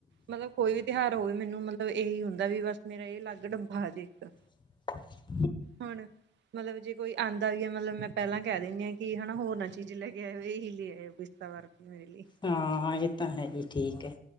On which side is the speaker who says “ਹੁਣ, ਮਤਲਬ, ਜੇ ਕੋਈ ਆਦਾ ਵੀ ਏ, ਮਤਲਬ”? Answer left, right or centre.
Right